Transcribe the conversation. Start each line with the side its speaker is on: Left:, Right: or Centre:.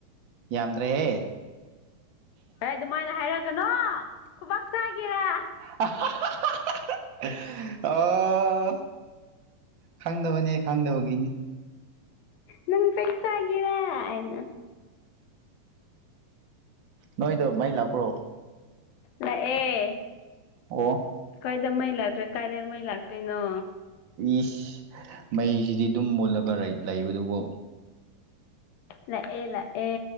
Right: ꯌꯥꯝꯗ꯭ꯔꯦꯍꯦ꯫
Left: ꯑꯦ ꯑꯗꯨꯃꯥꯏꯅ ꯍꯥꯏꯔꯛꯀꯅꯣ ꯈꯨꯕꯥꯛ ꯆꯥꯒꯦꯔꯥ꯫
Right: <unintelligible> ꯑꯣ ꯈꯪꯗꯕꯅꯦ ꯈꯪꯗꯕꯒꯤꯅꯤ꯫
Left: ꯅꯪ ꯆꯩ ꯆꯒꯦꯔ ꯑꯩꯅ꯫
Right: ꯅꯣꯏꯗ ꯃꯩ ꯂꯥꯛꯄ꯭ꯔꯣ?
Left: ꯂꯑꯦ꯫
Right: ꯑꯣ
Left: ꯈꯣꯏꯗ ꯃꯩ ꯂꯥꯛꯇ꯭ꯔꯦ ꯀꯥꯏꯗ ꯃꯩ ꯂꯥꯛꯇꯣꯏꯅꯣ?
Right: ꯏꯁ ꯃꯩꯁꯤꯗꯤ ꯗꯨꯝ ꯃꯨꯠꯂꯒ ꯔꯩ ꯂꯩꯕ ꯗꯨꯕꯨ꯫
Left: ꯂꯥꯑꯦ ꯂꯥꯑꯦ꯫